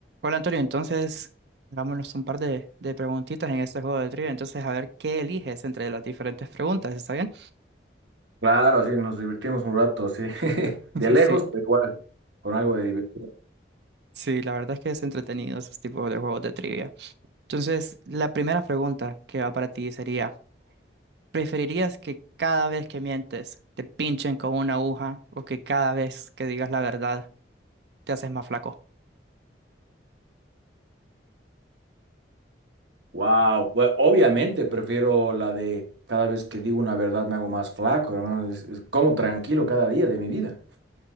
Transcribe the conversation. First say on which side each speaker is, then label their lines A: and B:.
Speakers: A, on the right; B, on the right.
A: Hola Antonio, entonces hagámonos un par de, de preguntitas en este juego de trivia. Entonces, a ver qué eliges entre las diferentes preguntas, ¿está bien?
B: Claro, sí, nos divertimos un rato, sí. <laughs> De
A: <laughs>
B: lejos,
A: Sí,
B: pero igual, con algo de diversión.
A: sí, la verdad es que es entretenido esos tipos de juegos de trivia. Entonces, la primera pregunta que va para ti sería, ¿preferirías que cada vez que mientes te pinchen con una aguja o que cada vez que digas la verdad te haces más flaco?
B: Wow, bue- obviamente prefiero la de cada vez que digo una verdad me hago más flaco, hermano. Es- es como tranquilo cada día de mi vida.